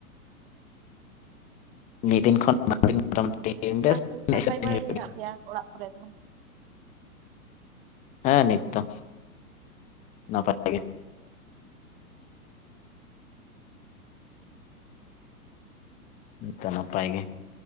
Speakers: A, on the left; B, on the right.
A: ᱢᱤᱫ ᱫᱤᱱ ᱠᱷᱚᱱ ᱵᱟᱨ ᱫᱤᱱ ᱢᱚᱴᱟᱢᱩᱴᱤ ᱵᱮᱥ
B: ᱟᱨ ᱛᱚᱵᱮ
A: ᱮᱱᱮᱡ
B: ᱱᱟᱯᱟᱭ
A: ᱥᱮᱨᱮᱧ
B: ᱵᱟᱲᱟ
A: ᱦᱩᱭᱩᱜ
B: ᱜᱮ ᱦᱮᱱᱟᱜ ᱯᱮᱭᱟ ᱚᱲᱟᱜ ᱠᱚᱨᱮ ᱫᱚ
A: ᱦᱮᱸ ᱱᱤᱛ ᱫᱚ ᱱᱟᱯᱟᱭ ᱜᱮ ᱦᱮᱸ‌ ᱛᱚ ᱱᱟᱯᱟᱭ ᱜᱮ